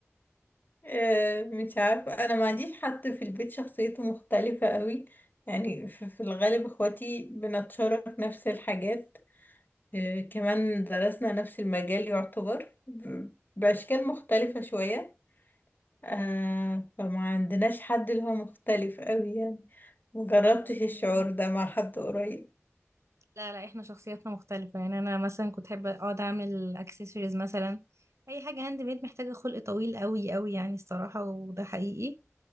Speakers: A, on the left (about 45°); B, on the right (about 85°).
A: آه مش عارفة انا ما عنديش حد في البيت شخصيته مختلفة قوي يعني في في الغالب اخواتي بنتشارك نفس الحاجات آه، كمان درسنا نفس المجال يعتبر ب- بأشكال مختلفة شوية آه فما عندناش حد اللي هو مختلف قوي يعني مجربتش
B: لكن-
A: الشعور ده مع حد قريب
B: لا لا احنا شخصياتنا مختلفه يعني انا مثلا كنت احب اقعد اعمل اكسسوارز مثلا اي حاجه هاند ميد محتاجه خلق طويل قوي قوي يعني الصراحه وده حقيقي